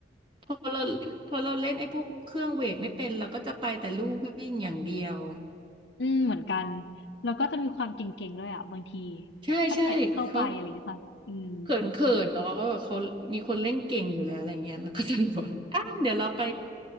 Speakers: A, on the right (about 25°); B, on the left (about 60°).
A: พอเราพอเราเล่นไอ้พวกเครื่องเวทไม่เป็นเราก็จะไปแต่ลู่วิ่งอย่างเดียว
B: อืมเหมือนกันแล้วก็จะมีความเก่งๆด้วยอ่ะบางที
A: ใช่ใช่เขา
B: ถ้าเกิดเข้าไปอะไรเงี้ยค่ะอืม
A: เขินเขินเนาะเขามีคนเล่นเก่งอยู่แล้วอะไรเงี้ยแล้วก็จะบอกว่า <laughs> อ่ะเดี๋ยวเราไป